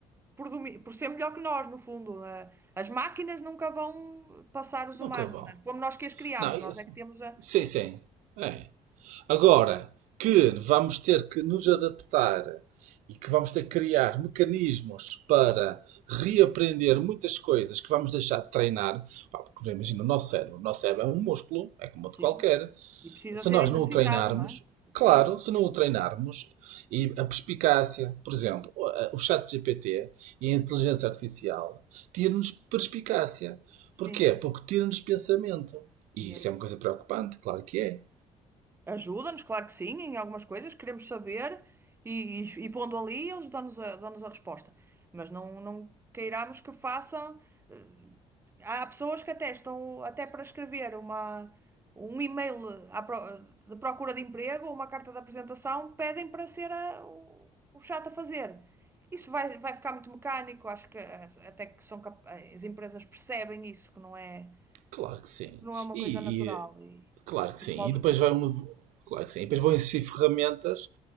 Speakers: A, on the right; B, on the right.
A: por, domi- por ser melhor que nós, no fundo. Eh, As máquinas nunca vão passar os
B: Nunca
A: humanos,
B: vão.
A: não é? Fomos nós que as criámos,
B: Não, isso-
A: nós é que temos a...
B: sim, sim. É. Agora que vamos ter que nos adaptar e que vamos ter que criar mecanismos para reaprender muitas coisas que vamos deixar de treinar, pá, porque imagina o nosso cérebro, o nosso cérebro é um músculo, é como outro
A: Sim,
B: qualquer
A: e precisa
B: se
A: ser
B: nós
A: exercitada,
B: não o treinarmos,
A: não é? Exatamente.
B: claro, se não o treinarmos, e a perspicácia, por exemplo, o chat GPT e a inteligência artificial tira-nos perspicácia.
A: Sim,
B: Porquê? Porque tira-nos pensamento. E
A: mesmo.
B: isso é uma coisa preocupante, claro que é.
A: Ajuda-nos, claro que sim, em algumas coisas, queremos saber, e, e, e pondo ali, eles dão-nos a, dão-nos a resposta. Mas não, não queiramos que façam. eh, Há pessoas que até estão até para escrever uma, um e-mail à pro- de procura de emprego ou uma carta de apresentação, pedem para ser a- o, o chato a fazer. Isso vai, vai ficar muito mecânico, acho que eh, até que são cap- eh, as empresas percebem isso, que não é,
B: Claro que sim.
A: que não é uma
B: E,
A: coisa natural
B: e-
A: e,
B: claro que
A: e
B: sim.
A: pode.
B: E depois vai um. Claro que sim. E depois vão existir ferramentas